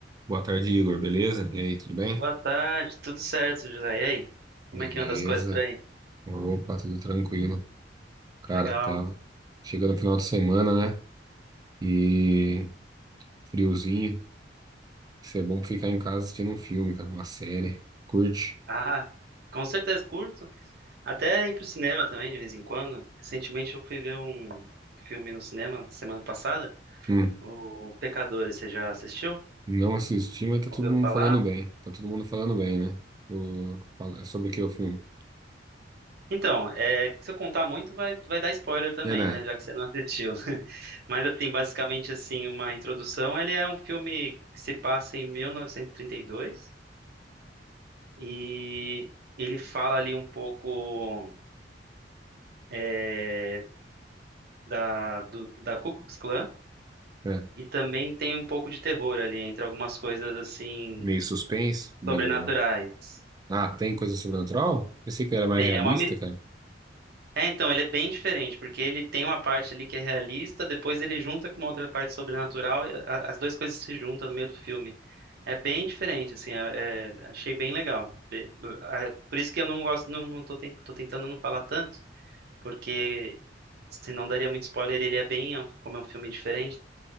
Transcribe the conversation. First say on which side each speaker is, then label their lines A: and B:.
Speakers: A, on the right; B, on the right.
A: Boa tarde, Igor, beleza? E aí, tudo bem?
B: Boa tarde, tudo certo, José? E aí? Como
A: Beleza.
B: é que anda as coisas por aí?
A: Opa, tudo tranquilo. Cara,
B: Legal.
A: tava chegando no final de semana, né? E friozinho. Isso é bom pra ficar em casa assistindo um filme, cara, uma série. Curte?
B: Ah, com certeza curto. Até ir pro cinema também, de vez em quando. Recentemente eu fui ver um um filme no cinema, semana passada.
A: Hum,
B: O Pecadores, você já assistiu?
A: não assisti, mas tá todo
B: Ouviu
A: mundo
B: falar?
A: falando bem. Tá todo mundo falando bem, né? Eu, falo- é sobre o que o filme?
B: Então, é, se eu contar muito, vai, vai dar spoiler também,
A: É, né?
B: né? Já que você não assistiu. <laughs> Mas, assim, basicamente, assim, uma introdução. Ele é um filme que se passa em 1932 e trinta e dois. E ele fala ali um pouco. é, da, do, da Ku Klux Klan
A: É.
B: e também tem um pouco de terror ali entre algumas coisas assim
A: Meio suspense, meio.
B: sobrenaturais.
A: Ah, tem coisa sobrenatural? Pensei que era mais
B: Tem,
A: realista,
B: é uma mi-
A: cara.
B: é, então, ele é bem diferente, porque ele tem uma parte ali que é realista, depois ele junta com uma outra parte sobrenatural e a- as duas coisas se juntam no meio do filme. É bem diferente, assim, é- é- achei bem legal. Be- a- Por isso que eu não gosto, não, não tô, ten- tô tentando não falar tanto, porque senão daria muito spoiler, ele é bem, é um- como é um filme diferente,